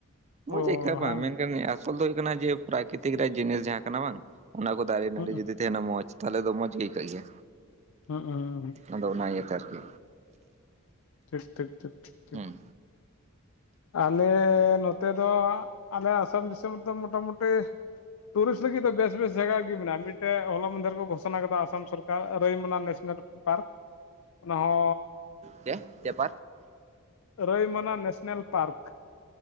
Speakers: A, on the right; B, on the left.
A: ᱢᱚᱡᱽ
B: ᱚ
A: ᱟᱹᱭᱠᱟᱹᱜ-ᱟ ᱵᱟᱝ
B: ᱦᱮᱸ
A: ᱢᱮᱱᱠᱷᱟᱱ ᱟᱥᱚᱞ ᱫᱚ ᱦᱩᱭᱩᱜ ᱠᱟᱱᱟ ᱡᱮ ᱯᱨᱟᱠᱨᱤᱛᱤᱠ ᱨᱮᱭᱟᱜ ᱡᱤᱱᱤᱥ ᱡᱟᱦᱟᱸ ᱠᱟᱱᱟ ᱵᱟᱝ ᱚᱱᱟ ᱠᱚ ᱫᱟᱨᱮ ᱱᱟᱹᱲᱤ
B: ᱦᱩᱸ
A: ᱡᱩᱫᱤ ᱛᱟᱦᱮᱱᱟ ᱢᱚᱸᱡᱽ ᱛᱟᱦᱚᱞᱮ ᱫᱚ ᱢᱚᱸᱡᱽ ᱜᱮ ᱟᱹᱭᱠᱟᱹᱜ ᱜᱮᱭᱟ
B: ᱦ <unintelligible>
A: ᱟᱫᱚ ᱚᱱᱟ ᱤᱭᱟᱹᱛᱮ ᱟᱨᱠᱤ᱾
B: ᱴᱷᱤᱠ ᱴᱷᱤᱠ ᱴᱷᱤᱠ ᱴᱷᱤᱠ ᱴᱷᱤᱠ
A: ᱦᱮᱸ
B: ᱟᱞᱮ ᱱᱚᱛᱮ ᱫᱚ ᱟᱞᱮ ᱟᱥᱟᱢ ᱫᱤᱥᱚᱢ ᱨᱮᱫᱚ ᱢᱳᱴᱟᱢᱩᱴᱤ ᱴᱩᱨᱤᱥᱴ ᱞᱟᱹᱜᱤᱫ ᱫᱚ ᱵᱮᱥ ᱵᱮᱥ ᱡᱟᱭᱜᱟ ᱜᱮ ᱢᱮᱱᱟᱜᱼᱟ ᱢᱤᱫᱴᱮᱡ ᱦᱚᱞᱟ ᱢᱚᱫᱷᱮᱨ ᱠᱚ ᱜᱷᱥᱚᱱᱟ ᱟᱠᱟᱫᱟ ᱟᱥᱟᱢ ᱥᱚᱨᱠᱟᱨ ᱨᱟᱹᱭᱢᱚᱱᱟ ᱱᱮᱥᱱᱮᱞ ᱯᱟᱨᱠ ᱚᱱᱟᱦᱚ
A: ᱪ ᱪᱯᱟᱨ <unintelligible>
B: ᱨᱟᱹᱭᱢᱱᱟ ᱱᱮᱥᱱᱮᱞ ᱯᱟᱨᱠ